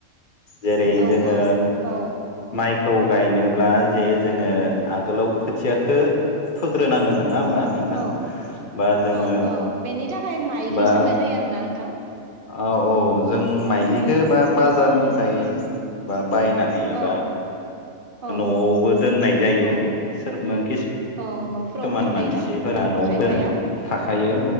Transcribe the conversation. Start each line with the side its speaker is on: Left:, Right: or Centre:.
Left: जेरै
Right: औ
Left: जोङो
Right: औ
Left: माइखौ गायनोब्ला जे जोङो आगोलाव खोथियाखौ फोग्रोनांगोन नङा होमबा नोंथां?
Right: औ
Left: बा जोङो
Right: औ औ बेनि थाखाय माइलि
Left: बा
Right: सोमनाय जायो आरोना नोंथां
Left: औ औ जों माइलिखौ बा बाजारनिफ्राय
Right: औ
Left: बा बायनानै एबा
Right: औ औ
Left: न'आवबो दोननाय जायो।
Right: औ
Left: सोर मोन खिस
Right: औ न'फोरावबो
Left: किसुमान
Right: थाखायोना
Left: मानसिफोरा
Right: औ
Left: न'आव
Right: खायफाया
Left: बोनो थाखायो